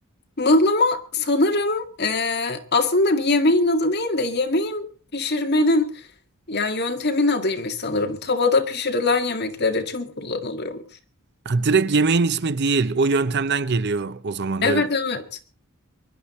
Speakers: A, on the left; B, on the right.
A: Mıhlama sanırım e, aslında bir yemeğin adı değil de yemeğin pişirmenin yani yöntemin adıymış sanırım. Tavada pişirilen yemekler için kullanılıyormuş.
B: Ha, direkt yemeğin ismi değil. O yöntemden geliyor o zaman
A: Evet
B: öyle.
A: evet.